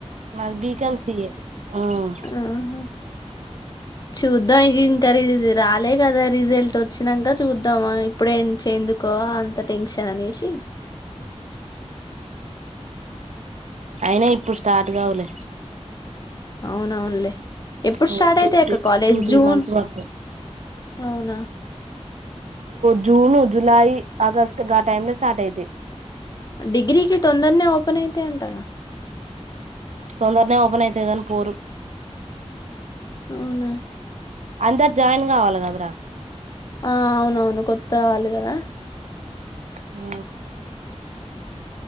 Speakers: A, on the right; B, on the left.
A: మల్ బి. Com C. ఎ హ్మ్
B: ఆహా. చూద్దాం ఇగ ఇంకా ఇది రాలే కదా రిజల్ట్ వచ్చినక చూద్దాం ఆహ్ ఇప్పుడే చెందుకో అంత టెన్షన్ అనేసి.
A: అయినా ఇప్పుడు స్టార్ట్ గావులే
B: అవునవునులే ఎప్పుడు
A: ఒ
B: స్టార్ట్
A: టూ
B: అయితాయి
A: త్రీ
B: అక్క college
A: two three
B: June
A: months బడతయ్
B: అవునా
A: జూను జులై ఆగస్ట్ గా టైమ్ లో స్టార్ట్ అయితయ్
B: డిగ్రీకి తొందర్నే ఓపెన్ అయితయంటగా
A: తొందర్నే ఓపెన్ అయితది గాని పోరు
B: అవునా
A: అందర్ జాయిన్ గావాలి గదరా
B: ఆహ్ అవునవును కొత్త వాళ్ళు గదా
A: హ